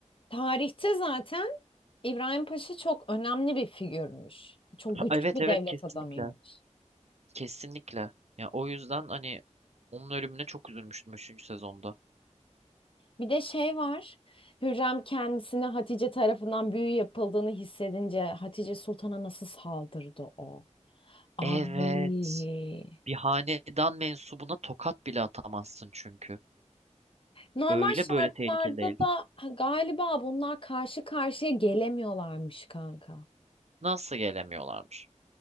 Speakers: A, on the left; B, on the right.
A: Tarihte zaten İbrahim Paşa çok önemli bir figürmüş. Çok güçlü
B: Evet
A: bir
B: evet
A: devlet
B: kesinlikle.
A: adamıymış.
B: Kesinlikle. Ya o yüzden hani onun ölümüne çok üzülmüştüm üçüncü sezonda.
A: Bir de şey var. Hürrem kendisine Hatice tarafından büyü yapıldığını hissedince Hatice Sultan'a nasıl saldırdı o? Ay.
B: Evet. Bir hanedan mensubuna tokat bile atamazsın çünkü.
A: Normal
B: Öyle
A: şartlarda
B: böyle tehlikeli değil.
A: da galiba bunlar karşı karşıya gelemiyorlarmış kanka.
B: Nasıl gelemiyorlarmış?